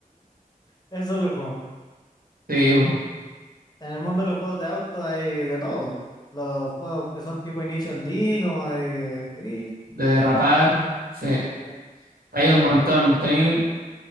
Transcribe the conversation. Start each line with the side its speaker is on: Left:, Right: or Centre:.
Left: Eso es lo bueno.
Right: Sí, po.
Left: En el mundo de los juegos de auto hay de todo. Los juegos que son tipo Initial D, como de eh, Drift.
Right: de derrapar. Sí,
Left: sí.
Right: hay un montón. Tenéis